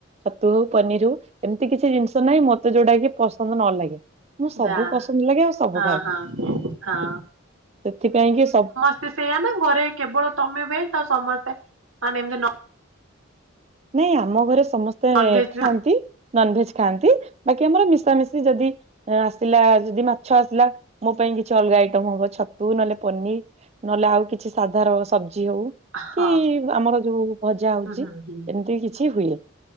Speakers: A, on the right; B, on the right.
A: ଛତୁ ହଉ, ପନିର ହଉ ଏମିତି କିଛି ଜିନିଷ ତ ନାହିଁ, ମତେ ଯୋଉଟା କି ପସନ୍ଦ ନ ଲାଗେ ମୁଁ ସବୁ
B: ଯା
A: ପସନ୍ଦ ଲାଗେ ଆଉ ସବୁ
B: ହଁ
A: ଖାଏ।
B: ହଁ ହଁ
A: ସେଥିପାଇଁକି ସବୁ
B: ସେ ସେଇୟା ନା ଘରେ କେବଳ ତମେ ଭେଜ ଆଉ ସମସ୍ତେ ମାନେ ଏମତି ନ
A: ନାଇଁ ଆମ ଘରେ ସମସ୍ତେ
B: ନନଭେଜ
A: ଖାଆନ୍ତି।
B: ବି
A: ନନ୍ ଭେଜ ଖାଆନ୍ତି। ବାକି ଆମର ମିଶାମିଶି ଯଦି ଆସିଲା ଯଦି ମାଛ ଆସିଲା। ମୋ ପାଇଁ କିଛି ଅଲଗା ଆଇଟମ ହବ ଛତୁ ନହେଲେ ପନିର୍। ନହେଲେ ଆଉ କିଛି ସାଧାର ସବଜି ହଉ,
B: ହଁ
A: କି ଆମର ଯୋଉ ଭଜା ହଉଚି।
B: ହୁଁ ହୁଁ ହୁଁ
A: ଏମିତି କିଛି ହୁଏ।